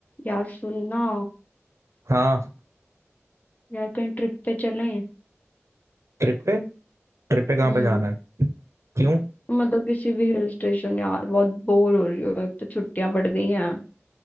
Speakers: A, on the left (about 35°); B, on the right (about 80°).
A: यार सुनना
B: हाँ
A: यार कहीं ट्रिप पे चलें
B: ट्रिप पे ट्रिप पे कहाँ
A: हम्म
B: पे जाना है क्यों
A: मतलब किसी भी हिल स्टेशन यार बहुत बोर हो रही हूँ एक तो छुट्टियां पड़ गई हैं